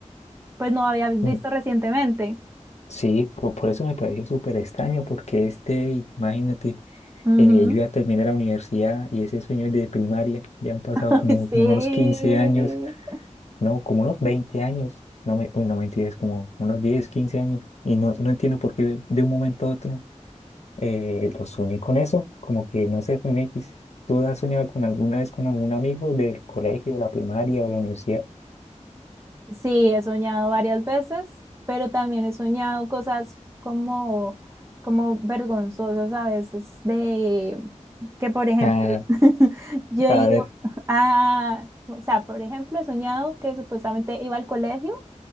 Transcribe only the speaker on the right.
pues no había visto
recientemente.
Ujú.
<laughs>
Sí.
Sí, he soñado varias veces, pero también he soñado cosas como, como vergonzosas a veces de que, por ejemplo,
<laughs> yo he
ido
a, o sea, por ejemplo, he soñado que supuestamente iba al colegio.